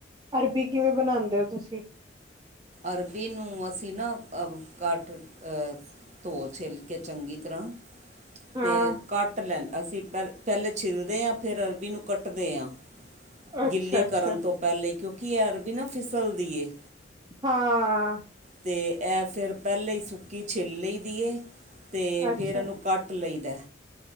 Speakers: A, on the right; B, on the right.
A: ਅਰਬੀ, ਕਿਵੇਂ ਬਣਾਂਦੇ ਓ ਤੁਸੀਂ?
B: ਅਰਬੀ ਨੂੰ ਅਸੀਂ ਨਾ, ਕੱਟ ਅ ਧੋ, ਛਿੱਲਕੇ ਚੰਗੀ ਤਰ੍ਹਾਂ
A: ਹਾਂ
B: ਤੇ ਕੱਟ ਲੈ ਅਸੀਂ ਪਹਿ ਪਹਿਲੇ ਛਿੱਲਦੇ ਆ, ਫਿਰ ਅਰਬੀ ਨੂੰ ਕੱਟਦੇ ਆਂ।
A: ਅੱਛਾ
B: ਗਿੱਲੀ
A: ਅੱਛਾ
B: ਕਰਨ ਤੋਂ ਪਹਿਲੇ ਈ, ਕਿਉਂਕਿ ਇਹ ਅਰਬੀ ਨਾ ਫਿਸਲਦੀ ਏ।
A: ਹਾਂ।
B: ਤੇ ਐ ਫਿਰ, ਪਹਿਲੇ ਹੀ ਸੁੱਕੀ ਛਿੱਲ ਲਈ ਦੀ ਏ ਤੇ,
A: ਅੱਛਾ
B: ਫਿਰ ਇਹਨੂੰ ਕੱਟ ਲਈਦਾ।